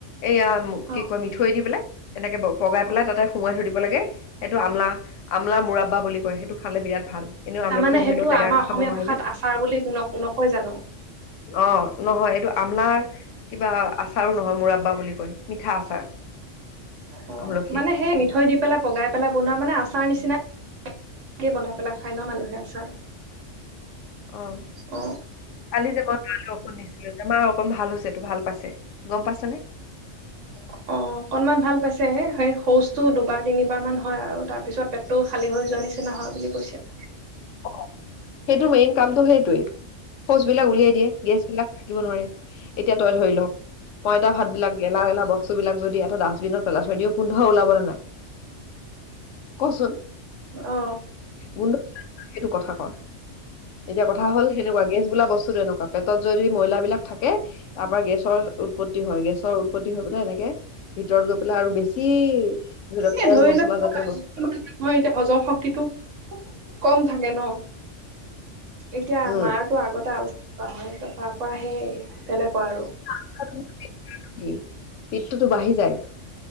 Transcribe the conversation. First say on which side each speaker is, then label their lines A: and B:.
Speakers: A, on the left (about 75°); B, on the right (about 75°).
A: এইয়া
B: অ
A: কি কয় মিঠৈ দি পেলাই। এনেকে পগাই
B: অ
A: পেলাই তাতে সোমাই থৈ দিব। লাগে। সেইটো আমলা-আমলা মৰাব্বা বুলি কয় সেইটো খালে বিৰাট ভাল। এনেও
B: তাৰমানে
A: আমলখি ধৰি
B: সেইটো
A: লও টেঙাকে
B: আমাৰ অসমীয়া
A: খাব নোৱাৰিলে
B: ভাষাত আচাৰ বুলি ন নকয় জানো
A: অ', নহয় এইটো আমলাৰ কিবা আচাৰো নহয় মুৰাব্বা বুলি কয় মিঠা আচাৰ।
B: অহ,
A: আমলখি
B: মানে সেই মিঠৈ দি পেলাই পগাই পেলাই বনোৱা মানে আচাৰ নিচিনা তেই বনাই পেলাই খায় ন' মানুহে আচাৰ।
A: অহ,
B: অ
A: কালি যাব ভাল টোশুনিছিলো যে এইবাৰ অকণ ভাল হৈছে তো ভাল পাইছে, গম পাইছ নে?
B: <inaudible> অ'অকনমান ভাল পাইছে, সেই শৌচটো দুবাৰ- তিনিবাৰ মান হয় আৰু তাৰ পিছত পেটটো খালী হৈ যোৱা নিচ নহয় বুলি কৈছে।
A: <inaudible> সেইটো মেইন কামটো সেইটোৱেই শৌচ বিলাক উলিয়াই দিয়ে গেছ বিলাক থাকিব নোৱাৰে, এতিয়া তই ধৰি ল'পইতা ভাত বিলাক গেলা- গেলা বস্তু বিলাক যদি এটা ডাষ্টবিনত পেলাই থৈ দিওঁ গোন্ধ ওলাবলৈ নে নাই কচোন?
B: অ
A: গোন্ধ সেইটো কথা ক। এতিয়া কথা হ'ল সেনেকোৱা, গেছ বোলা বস্তুটো এনেকোৱা, পেটত যদি ময়লাবিলাক থাকে। তাৰ পৰা গেছৰ উৎপত্তি হয়। গেছৰ উৎপত্তি হৈ পেলাই এনেকে ভিতৰত গৈ পেলাই আৰু বেছি লওক তেল
B: এ ধৰি
A: মছলা
B: লোৱা
A: জাতীয় বস্তু
B: নহয় <unintelligible> এতিয়া হজম শক্তিটো। কম থাকে ন? এতিয়া
A: উম
B: মাৰতো আগতে আলোচনা কৰা হয়। তাৰ পৰা সেই তেনেকুৱা আৰু।
A: <unintelligible> পিঠটোতো বাঢ়ি যায়,